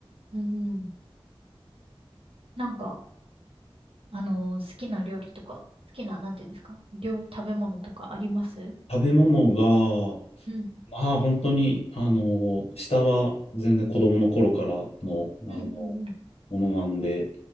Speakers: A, on the right (about 65°); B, on the left (about 85°).
A: うん。なんか、あのー好きな料理とか、好きな、なんていうんですか料理、食べ物とかあります
B: 食べ物が、
A: うん。
B: まあ、本当に、あの、下は全然子供の頃からの、あの、
A: うんうんうん。
B: ものなんで、